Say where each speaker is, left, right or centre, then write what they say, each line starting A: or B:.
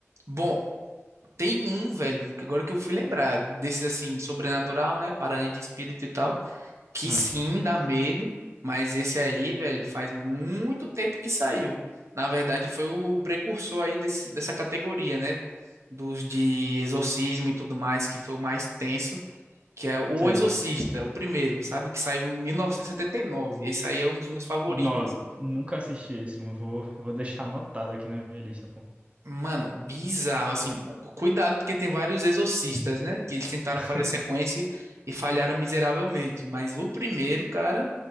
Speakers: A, on the right; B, on the right.
A: Bom, tem um, velho, que agora que eu fui lembrar, desses assim, sobrenatural, né? Parada de espírito e tal. que
B: Ah,
A: sim, dá medo, mas esse aí, velho, faz muito tempo que saiu. Na verdade, foi o precursor aí desse, dessa categoria, né? Dos de exorcismo e tudo mais, que foi o mais tenso, que é O
B: sei.
A: Exorcista, o primeiro, sabe? O que saiu em mil novecentos e e setenta e nove? Esse aí é um dos meus favoritos.
B: Não, nunca assisti esse, mano. Vou, vou deixar anotado aqui na minha lista, pô.
A: Mano, bizarro, assim, cuidado porque tem vários exorcistas, né, que eles tentaram
B: <laughs>
A: fazer sequência e falharam miseravelmente, mas o primeiro, cara,